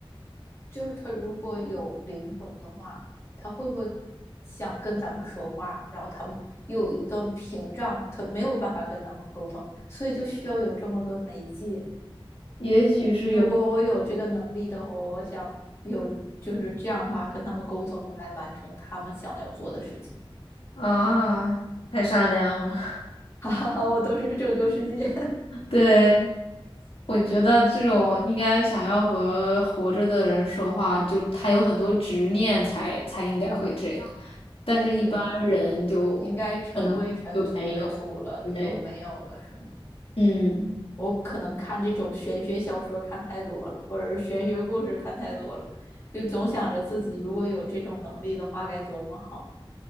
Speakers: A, on the left; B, on the left.
A: 就是他如果有灵魂的话，他会不会想跟咱们说话？然后他们又有一段屏障，他没有办法跟咱们沟通，所以就需要有这么个媒介。
B: 也许是有
A: 如果我有这个能力的话，我想有就是这样的话跟他们沟通，来完成他们想要做的事情。
B: 的啊，太善良了，
A: <laughs> 哈哈哈，我都是拯救世界。
B: <laughs> 对。我觉得这种应该想要和活着的人说话，就他有很多执念才才应该会这样，但是一般人就
A: <laughs> 对，应该尘归尘，
B: 可能就没有。
A: 土归土了，
B: 对，
A: 就没有了，是吗？
B: 嗯，
A: 我可能看这种玄学小说看太多了，或者是玄学故事看太多了，就总想着自己如果有这种能力的话该多么好，